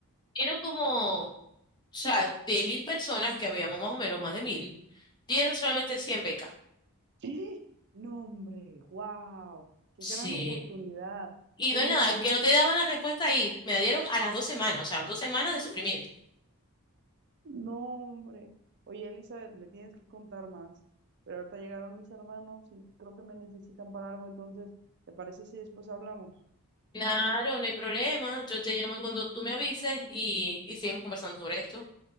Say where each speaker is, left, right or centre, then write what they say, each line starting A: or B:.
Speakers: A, on the left; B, on the right.
A: Eran como O sea, de mil personas, que habíamos más o menos más de mil, dieron solamente 100 becas.
B: ¡Ah! No, hombre, wow, qué
A: Sí.
B: gran oportunidad.
A: Y
B: Oye,
A: no es nada, que no te daban la respuesta ahí. Me la dieron a las dos semanas, o sea, dos semanas de sufrimiento.
B: No, hombre. Oye, Elizabeth, me tienes que contar más. Pero ahorita llegaron mis hermanos y creo que me necesitan para algo, entonces, ¿te parece si después hablamos?
A: Claro, no hay problema. Yo te llamo cuando tú me avises y, y seguimos conversando sobre esto.